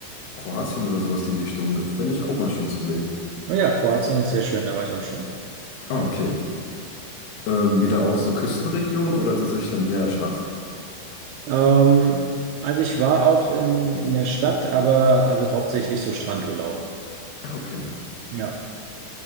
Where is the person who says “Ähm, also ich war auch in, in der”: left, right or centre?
Right